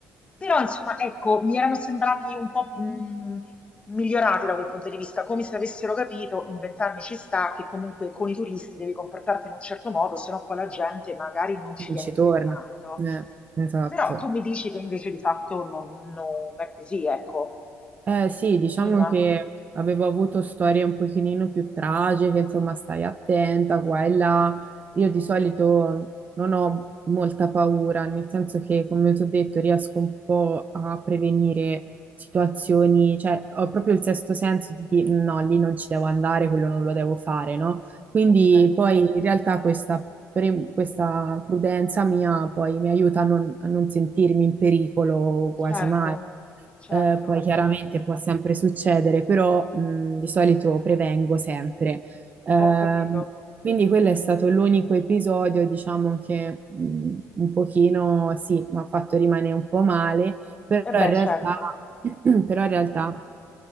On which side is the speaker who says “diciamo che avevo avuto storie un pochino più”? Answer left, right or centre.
Right